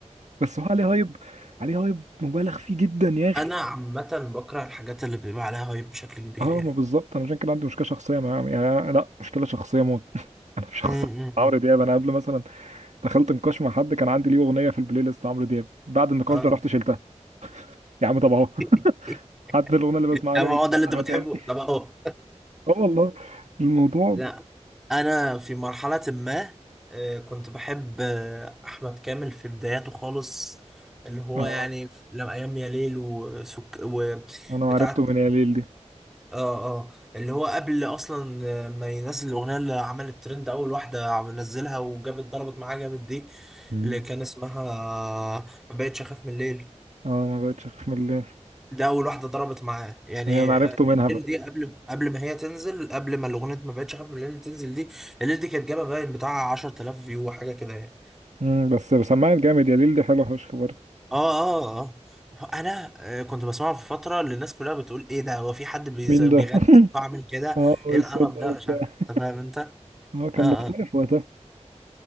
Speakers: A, on the right (about 70°); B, in the centre.
A: بس هو عليه هايب عليه هايب مبالغ فيه جدا يا اخي
B: انا عامه بكره الحاجات اللي بيبقى عليها هايب بشكل كبير
A: اه
B: يعني
A: ما بالظبط انا عشان كده عندي مشكلة شخصية مع يعني أنا- لا مشكلة شخصية موت <laughs> انا مش شخصية
B: امم
A: مع عمرو دياب انا قبل مثلا دخلت نقاش مع حد كان عندي ليه اغنية في البلاي ليست عمرو دياب بعد النقاش
B: اه
A: ده رحت شلتها يا عم طب اهو <laughs>
B: <laughs>
A: حتى الاغنية اللي بسمعها
B: اما
A: له مش
B: هو
A: سامعها
B: ده اللي انت بتحبه
A: تاني
B: طب اهو
A: اه والله الموضوع
B: <laughs> لا انا في مرحله ما آه، كنت بحب آه، احمد كامل في بداياته خالص اللي هو
A: اه
B: يعني لما ايام يا ليل وسك... وبتاعه
A: انا عرفته من ياليل دي
B: اه اه اللي هو قبل اصلا ما ينزل الاغنيه اللي عملت ترند اول واحده عم- نزلها وجابت ضربت معاه جامد دي
A: مم.
B: اللي كان اسمها ما بقتش اخاف من الليل
A: اه ما بقتش اخاف من الليل
B: ده اول واحده ضربت معاه يعني
A: هي انا عرفته
B: آه،
A: منها بقى
B: الليل دي قبل قبل ما هي تنزل قبل ما الاغنيه ما بقتش اخاف من الليل تنزل دي الليل دي كانت جابه باين بتاع 10000 فيو وحاجه كده يعني
A: امم بس سماعة جامد ياليل دي حلوه فشخ برضه
B: اه اه اه انا آه، كنت بسمعه في فتره اللي الناس كلها بتقول ايه ده هو في حد بيز-
A: مين
B: بيغني
A: ده
B: صوته عامل
A: <laughs>
B: كده
A: اه وايه
B: ايه القرف
A: الصوت ده
B: ده
A: وبتاع
B: مش عارف انت فاهم انت
A: اه كان
B: اه
A: مختلف
B: اه.
A: وقتها